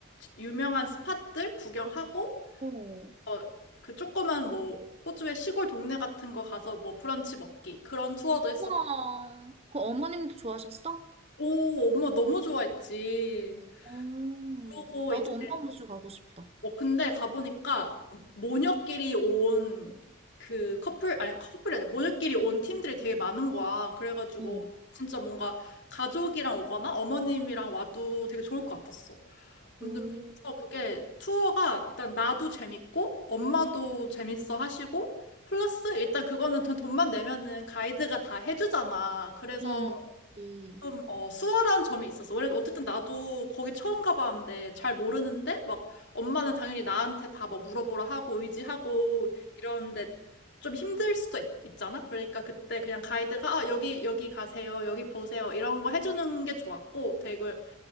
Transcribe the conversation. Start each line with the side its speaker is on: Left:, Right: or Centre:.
Left: 유명한 스팟들 구경하고
Right: 어,
Left: 어, 그 조그만 뭐 호주의 시골 동네 같은 거 가서 뭐 브런치 먹기 그런 투어도 했었고
Right: 우와. 그 어머님도 좋아하셨어?
Left: 오 엄마 너무 좋아했지
Right: 어
Left: 그러고
Right: 나도
Left: 이제
Right: 엄마 모시고 가고 싶다.
Left: 어, 근데 가보니까 모녀끼리 온 그 커플, 아니 커플이 아니라 모녀끼리 온 팀들이 되게 많은 거야. 그래가지고
Right: 어,
Left: 진짜 뭔가 가족이랑 오거나 어머님이랑 와도 되게 좋을 것 같았어. 아무튼
Right: 오,
Left: 그래서 그게 투어가 일단 나도 재밌고 엄마도 재밌어 하시고 플러스 일단 그거는 돈- 돈만 내면은 가이드가 다 해주잖아. 그래서
Right: 응, 그치.
Left: 좀, 어, 수월한 점이 있었어. 원래 어쨌든 나도 거기 처음 가봤는데 잘 모르는데 막 엄마는 당연히 나한테 다 뭐 물어보라 하고 의지하고 이러는데 좀 힘들 수도 있, 있잖아. 그러니까 그때 그냥 가이드가 아, 여기, 여기 가세요. 여기 보세요. 이런 거 해주는 게 좋았고 되게